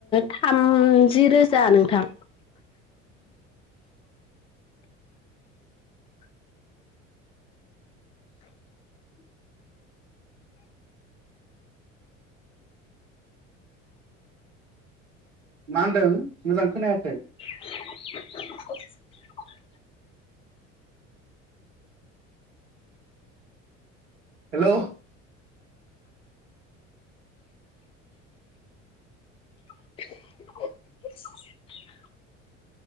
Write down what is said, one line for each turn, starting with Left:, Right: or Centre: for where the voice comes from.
Left: थामजि रोजा नोंथां।
Right: मा होनदों मोजां खोनायाखै?
Left: <unintelligible>
Right: हेलौ
Left: <unintelligible>